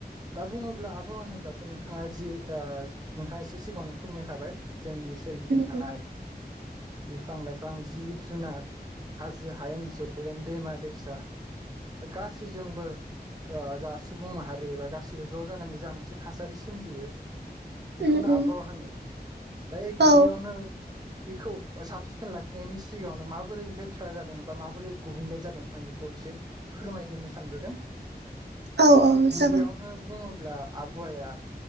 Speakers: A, on the right (about 25°); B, on the right (about 80°).
A: दा बुङोब्ला आबहावा होनोब्ला थ' नोंथाङा जि ओ नोंथाङा एसे सिगाङावनो फोरमायखाबाय जोंनि सोरगिदिं
B: उम
A: थानाय बिफां लाइफां जिब जुनार हाजो हायेन जौवेन दैमा दैसा गासैजोंबो जा सुबुं माहारि बा गासिबो ज' जानानै जा मोनसे थासारि सोमजियो बेखौनो
B: उम
A: आबहावा होनो दायो
B: औ
A: गिबियावनो बेखौ साब सिखोन लाखिनायनि सिगाङावनो माबोरै लेथ्रा जादों बा माबोरै गुबुंले जादों आं बेखौ एसे फोरमायग्रोनो सानग्रोदों
B: औ औ
A: गिबियावनो
B: जागोन
A: बुङोब्ला आबहावाया